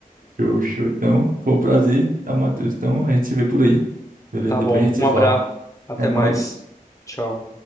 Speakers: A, on the right; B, on the left.
A: show, show. Então, foi um prazer, tá, Matheus? Então, a gente se vê por aí, beleza?
B: Tá
A: Depois
B: bom.
A: a gente
B: Um
A: se fala.
B: abraço. Até
A: É nóis.
B: mais. Tchau.